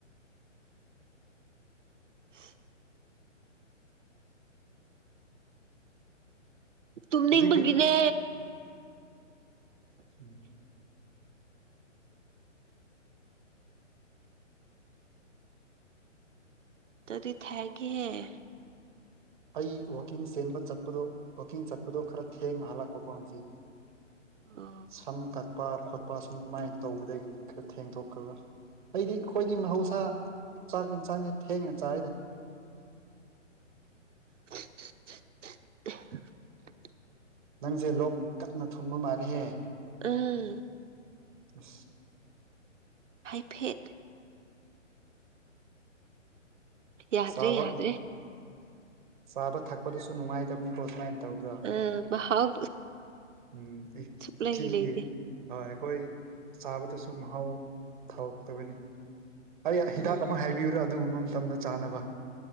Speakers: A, on the right; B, on the right.
A: <unintelligible> ꯇꯨꯝꯅꯤꯡꯕꯒꯤꯅꯦ
B: ꯍꯧꯖꯤꯛꯇꯤ ꯎꯝ
A: ꯑꯗꯨꯗꯤ ꯊꯦꯡꯒꯦꯦ
B: ꯑꯩ ꯋꯥꯛꯀꯤꯡ ꯆꯦꯟꯕ ꯆꯠꯄꯗꯣ ꯋꯥꯛꯀꯤꯡ ꯆꯠꯄꯗꯣ ꯈꯔ ꯊꯦꯡꯅ ꯍꯜꯂꯛꯄꯀꯣ ꯉꯁꯤ꯫
A: ꯑꯣ
B: ꯁꯝ ꯇ ꯈꯠꯄ ꯈꯣꯠꯄ ꯁꯨꯝꯃꯥꯏꯅ ꯇꯧꯕꯗꯒꯤ ꯈꯔ ꯊꯦꯡꯗꯣꯛꯈ꯭ꯔꯒ ꯑꯩꯗꯤ ꯑꯩꯈꯣꯏꯗꯤ ꯃꯍꯧꯁꯥ꯫ ꯆꯥꯒ ꯆꯉꯦ ꯊꯦꯡꯡ ꯆꯥꯏꯗ
A: <unintelligible>
B: ꯅꯪꯁꯦ ꯂꯣꯛ ꯀꯟꯅꯥ ꯊꯨꯝꯕ ꯃꯥꯂꯦꯍꯦ꯫
A: ꯎꯝ
B: ꯑꯝ
A: ꯍꯥꯏꯐꯦꯠ ꯌꯥꯗ꯭ꯔꯦ
B: ꯆꯥꯕ
A: ꯌꯥꯗ꯭ꯔꯦ
B: ꯆꯥꯕ ꯊꯛꯄꯗꯁꯨ ꯅꯨꯡꯉꯥꯏꯇꯕꯅꯤꯀꯣ ꯁꯨꯃꯥꯏꯅ꯫ ꯇꯧꯗꯥ
A: ꯑ ꯃꯍꯥꯎ
B: ꯎꯝ
A: ꯁꯨꯛꯂꯩ
B: ꯆꯤꯟꯒꯤ
A: ꯂꯩꯇꯦ
B: ꯍꯣꯏ ꯑꯩꯈꯣꯏ ꯆꯥꯕꯗꯁꯨ ꯃꯍꯥꯎ ꯊꯥꯔꯛꯇꯕꯅꯤ꯫ ꯑꯩ ꯍꯤꯗꯥꯛ
A: ꯎꯝ
B: ꯑꯃ ꯍꯥꯏꯕꯤꯌꯨꯔꯥ ꯑꯗꯨꯒꯨꯝꯕ ꯃꯇꯝꯗ ꯆꯥꯅꯕ